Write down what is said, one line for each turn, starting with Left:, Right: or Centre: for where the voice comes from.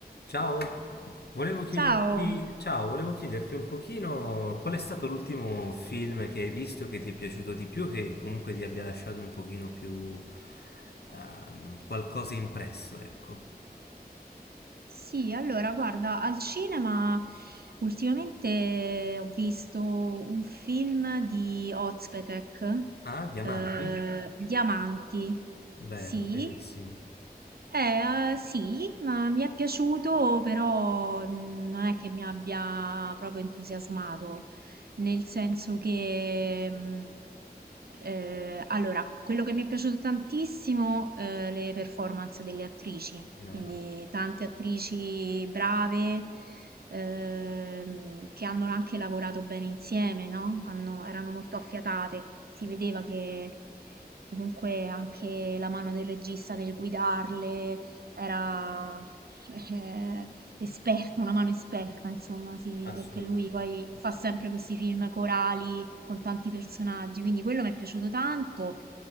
Left: Ciao, volevo chiederti,
Right: Ciao,
Left: ciao, volevo chiederti un pochino qual è stato l'ultimo film che hai visto che ti è piaciuto di più, che comunque ti abbia lasciato un pochino più ehm, qualcosa impresso, ecco.
Right: sì, allora guarda, al cinema ultimamente ho visto un film di Ozpetek,
Left: Ah, Diamanti?
Right: eh, Diamanti,
Left: Bello,
Right: sì,
Left: bellissimo,
Right: Eh, eh, sì, ma mi è piaciuto, però mh, non è che mi abbia proprio entusiasmato, nel senso che, mh, eh, allora, quello che mi è piaciuto tantissimo, eh, le performance delle attrici,
Left: vero.
Right: quindi tante attrici brave, ehm, che hanno anche lavorato bene insieme, no? Hanno- erano molto affiatate, si vedeva che comunque anche la mano del regista nel guidarle era eh, esperta, una mano esperta, insomma, sì,
Left: Assolutamente,
Right: sì, perché lui poi
Left: sì.
Right: fa sempre questi film corali con tanti personaggi, quindi quello mi è piaciuto tanto.